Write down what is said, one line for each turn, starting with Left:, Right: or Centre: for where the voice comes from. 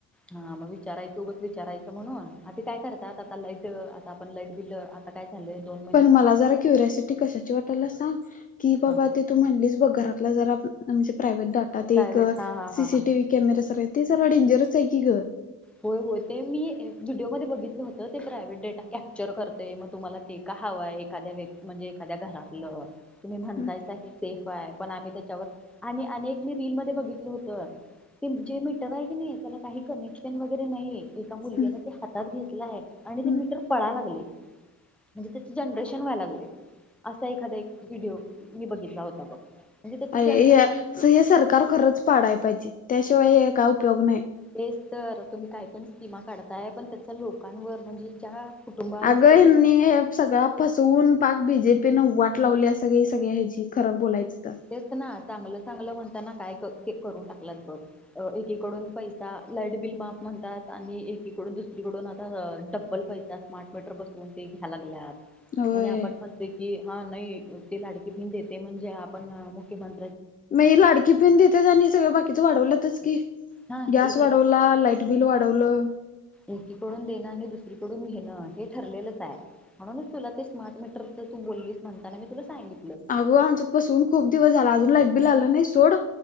Centre: हा, मग विचारायचं उगं विचारायचं म्हणून, आणि ते काय करतात, आता लाईट आता आपण लाईट बिल काय झालंय दो
Left: पण मला जरा क्युरिसिटी कशी काय वाटल्या सांग, की बाबा
Centre: हा
Left: ते तू म्हटलीस बघ, घरातल्या जरा म्हणजे प्रायव्हेट डाटा आता
Centre: प्रायव्हेट
Left: एक
Centre: हा हा
Left: सीसीटीव्ही
Centre: हा हा
Left: कॅमेरा सारख, ते जरा डेंजरच आहे की ग.
Centre: होय होय, ते मी व्हिडिओमध्ये बघितलं होतं, ते प्रायव्हेट डेटा कॅप्चर करतय, मग तुम्हाला ते का हवय, एखाद्या व्यक् म्हणजे एखाद्या घरातलं, तुम्ही म्हणतायसा
Left: हम्म
Centre: हे सेफ काय पण, आम्ही त्याच्यावर, आणि अनेक, मी रीलमध्येध्ये बघितलं होत. ते जे मीटर आहे की नाही, त्याला काही कनेक्श वगैरे नाही, एका मुलग्यान
Left: हम्म
Centre: ते हातात घेतलाय, आणि ते
Left: हम्म.
Centre: मीटर पळाय लागलय. म्हणजे त्याचे जनरेशन व्हाय लागलय. असा एखादा एक व्हिडिओ, मी बघितला होता बघ. म्हणजे त्याचं
Left: अ हे
Centre: जनरेशन
Left: हे सरकार खरंच पाडाय पाहिजे, त्याशिवाय हे काय उपयोग नाही.
Centre: तेच तर, तुम्ही काय पण स्कीमा काढताय, पण त्याचा लोकांवर, म्हणजे ज्या कुटुंबावर
Left: आगं
Centre: ते
Left: हेनी सगळा फसवून, पाक बीजेपीन वाट लावल्या हेजी, सगळी सगळ्या ह्याची खरं बोलायचं तर.
Centre: तेच ना, चांगलं चांगलं म्हणताना काय करून टाकल्यात बघ, एकीकडून पैस आता लाईट बिल माफ म्हणतात, आणि एकीकडून दुसरीकडून आता डब्बल पैसा स्मार्ट मीटर बसवून ते घ्या लागल्यात,
Left: होय
Centre: आणि आपण पण की हा नाही, ते लाडकी बहीण देतय, म्हणजे आपण मुख्यमं
Left: मग लाडकी बहिण देत्यात, आणि सगळं बाकीच वाढवल्यातच की,
Centre: हा हे
Left: गॅस
Centre: एक
Left: वाढवला, ला बिल वाढवलं.
Centre: एकीकडून देणं, आणि दुसरीकडून घेणं, हे ठरलेलंच आहे. म्हणूनच तुला ते स्मार्ट मीटरच तू बोललीस म्हणताना, मी तुला सांगि
Left: अगो आमच्यात बसवून खूप दिवस झाला, अजून लाईट बिल आलं नाही सोड